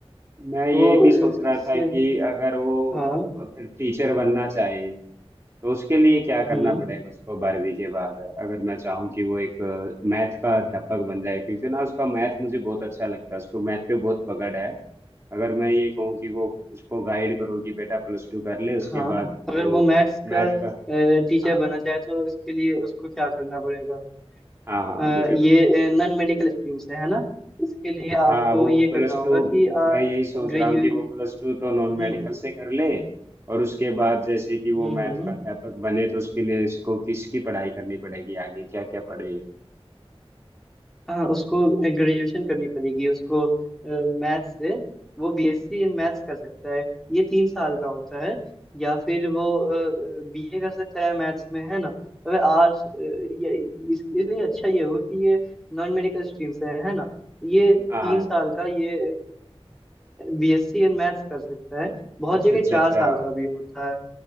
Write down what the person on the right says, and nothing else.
मैं ये
भी
सोच रहा
था कि अगर वो
अगर टीचर बनना चाहे तो उसके लिए क्या करना
पड़ेगा उसको बारहवीं के बाद अगर मैं चाहूँ कि वो एक मैथ का अध्यापक बन जाए क्योंकि ना उसका मैथ मुझे बहुत अच्छा लगता है उसको मैथ पे बहुत पकड़ है अगर मैं ये कहूँ कि वो उसको गाइड करूँ कि बेटा प्लस टू कर ले उसके
बाद
वो
मैथ
का
हाँ
हाँ हाँ
मुझे
हाँ वो
प्लस
टू
मैं यही सोच
रहा हूँ कि वो प्लस टू तो नॉन
मेडिकल से कर ले और उसके बाद जैसे कि वो
मैथ
का अध्यापक बने तो उसके लिए इसको किसकी पढ़ाई करनी पड़ेगी आगे क्या क्या पढ़े
हाँ
हाँ
अच्छा
अच्छा
अच्छा